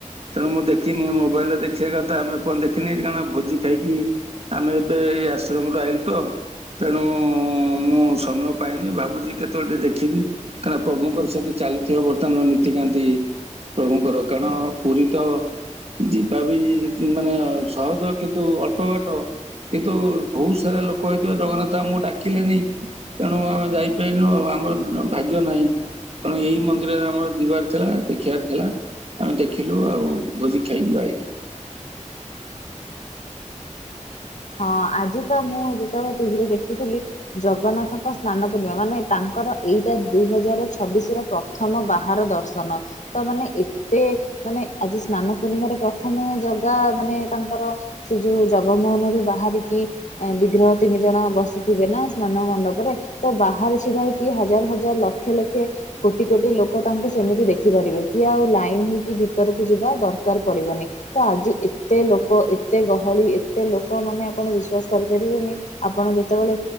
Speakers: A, on the right; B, on the left.
A: ତେଣୁ ମୁଁ ଦେଖିନି ମୋବାଇଲରେ ଦେଖିବା କଥା ମୁଁ ଏପଯ୍ୟନ୍ତ ଦେଖିନି କାରଣ ଭୋଜି ଖାଇକି ଆମେ ଏବେ ଏଇ ଆଶ୍ରମରୁୁ ଆଇଲୁ ତ। ତେଣୁ ଉଁ ମୁଁ ସମୟ ପାଇନି ଭାବୁଛି କେତଳେ ଟେ ଦେଖିବି। କାହିଁନା ପ୍ରଭୁଙ୍କର ସେଠି ଚାଲିଥିବ ବର୍ତ୍ତମାନ ନୀତିକାନ୍ତି ପ୍ରଭୁଙ୍କର କାରଣ ପୁରୀ ତ ଯିବା ଜ ମାନେ ସହଜ କିନ୍ତୁ ଅଳ୍ପ ବାଟ। କିନ୍ତୁ ବହୁତ୍ ସାରା ଲୋକ ହେଇଥିବା ଜଗନ୍ନାଥ ଆମକୁ ଡାକିଲେନି ତେଣୁ ଆମେ ଯାଇପାରିଲୁ ଆଉ ଆମର ଭା ଗ୍ଅ ନାହିଁ ତେଣୁ ଏଇ ମନ୍ଦିରରେ ଆମର ଦିବାର ଥିଲା ଦେଖିବାର ଥିଲା ଆମେ ଦେଖିଲୁ ଆଉ ଭୋଜି ଖାଇଲୁ ଆଇଲୁ
B: ହଁ ଆଜି ତ ମୁଁ ଯେତେବେଳେ ଟିଭିରେ ଦେଖୁଥିଲି ଜଗନ୍ନାଥଙ୍କ ସ୍ନାନ ପୂନ୍ଅ ମାନେ ତାଙ୍କର ଏଇଟା ଦୁଇ ହଜାର ଛବିଶ ର ପ୍ରଥମ ବାହାର ଦର୍ଶନ ତ ମାନେ ଏତେ ମାନେ ଆଜି ସ୍ନାନ ପୂର୍ଣ୍ଣିମାରେ ପ୍ରଥମେ ଜଗା ମାନେ ତାଙ୍କର ସେ ଯୋଉ ଜଗମୋହନରୁୁ ବାହାରିକି ବିଗ୍ରହ ତିନି ଜଣ ବସିଥିବେ ନା ସ୍ନାନ ମଣ୍ଡପରେ ତ ବାହାରେ ଛିଡା ହେଇକି ହଜାର ହଜାର ଲ ଲକ୍ଷେ ଲକ୍ଷେ କୋଟି କୋଟି ଲୋକ ତାଙ୍କୁ ସେମିତି ଦେଖିପାରିବେ କି ଆଉ ଲାଇନ ହେଇକି ଭି ତରକୁ ଯିବା ଦରକାର ପଡିବନି ତ ଆଜି ଏତେ ଲୋକ ଏତେ ଗହଳି ଏତେ ଲୋକ୍ ମେ ଆପଣ ବିଶ୍ଵାସ କରିପାରିବେନି ଆପଣ ଯେତେବେଳେ